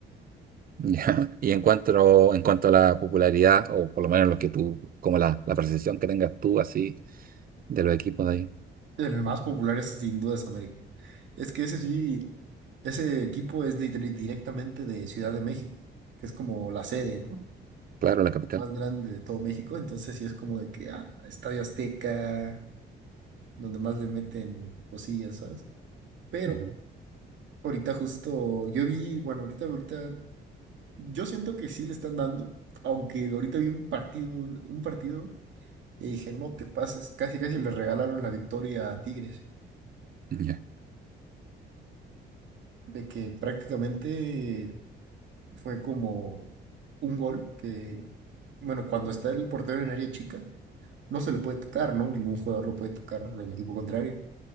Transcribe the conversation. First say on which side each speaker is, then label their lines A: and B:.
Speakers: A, on the right; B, on the right.
A: Ya. Y en cuanto, en cuanto a la popularidad, o por lo menos lo que tú, como la, la percepción que tengas tú así de los equipos de allá.
B: El más popular es sin duda es América. Es que ese sí, ese equipo es de- directamente de Ciudad de México, que es como la sede, ¿no?
A: Claro, la capital.
B: más grande de todo México, entonces sí es como de que ah, Estadio Azteca, donde más le meten cosillas, ¿sabes? Pero
A: Ujú.
B: ahorita justo yo vi, bueno, ahorita ahorita yo siento que sí le están dando, aunque ahorita vi un partido un partido y dije, "No te pases", casi casi le regalaron la victoria a Tigres,
A: Ya.
B: de que prácticamente fue como un gol que bueno, cuando está el portero en área chica, no se le puede tocar, ¿no? Ningún jugador lo puede tocar del equipo contrario.